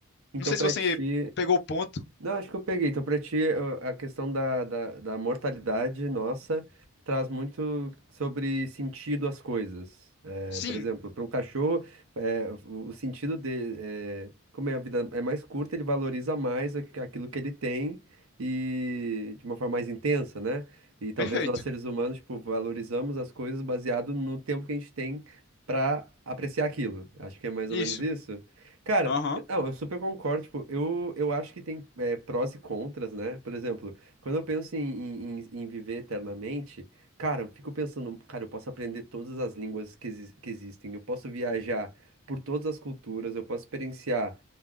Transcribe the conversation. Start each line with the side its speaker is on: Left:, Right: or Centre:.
Right: Então,
Left: Não sei
Right: pra
Left: se você
Right: ti.
Left: pegou o ponto.
Right: Não, acho que eu peguei. Então, pra ti, eu- a questão da, da, da mortalidade nossa traz muito sobre sentido às coisas. É,
Left: Sim,
Right: por exemplo, para um cachorro, é, o o sentido dele, é, como é a vida é mais curta, ele valoriza mais aqu- aquilo que ele tem e de uma forma mais intensa, né? E talvez
Left: perfeito.
Right: nós, seres humanos, tipo, valorizamos as coisas baseado no tempo que a gente tem pra apreciar aquilo. Acho que é mais
Left: Isso.
Right: ou menos isso. Cara,
Left: Aham.
Right: eu- Não, eu super concordo. Tipo, eu, eu acho que tem é, prós e contras, né? Por exemplo, quando eu penso em, em- em- em viver eternamente, cara, eu fico pensando, cara, eu posso aprender todas as línguas que, exis- que existem, eu posso viajar por todas as culturas, eu posso experienciar